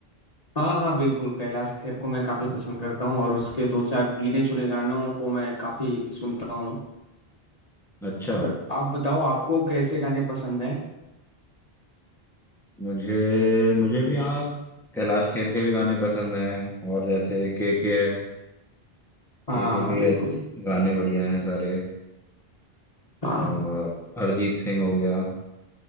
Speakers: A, on the left; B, in the centre.
A: हाँ हाँ बिल्कुल कैलाश खेर को मैं काफी पसंद करता हूँ और उसके दो चार गिने चुने गानों को मैं काफी सुनता हूँ
B: अच्छा
A: और आप बताओ आपको कैसे गाने पसंद हैं
B: मुझे मुझे भी हाँ कैलाश खेर के भी गाने पसंद हैं और जैसे के के है
A: हाँ
B: के के
A: हाँ
B: के
A: बिल्कुल
B: अच्छे- गाने बढ़िया हैं सारे
A: हाँ
B: और अरिजीत सिंह हो गया